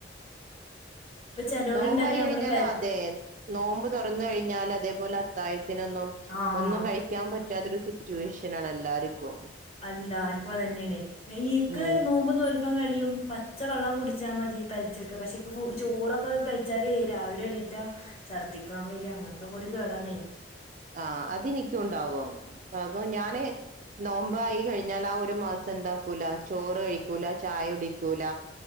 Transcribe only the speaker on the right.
നോമ്പായി കഴിഞ്ഞാല്
അതെ നോമ്പ് തുറന്ന് കഴിഞ്ഞാൽ അതേപോലെ അത്തായത്തിനൊന്നും
ഒന്നും കഴി ക്കാൻ പറ്റാത്തൊരു സിറ്റുവേഷനാണ് എല്ലാര്ക്കും
ഉം
ആഹ് അതെനിക്കുണ്ടാവും അപ്പൊ ഞാന് നോമ്പായി കഴിഞ്ഞാല് ആഹ് ഒരു മാസം എന്താക്കൂല ചോറ് കഴിക്കൂല ചായ കുടിക്കൂല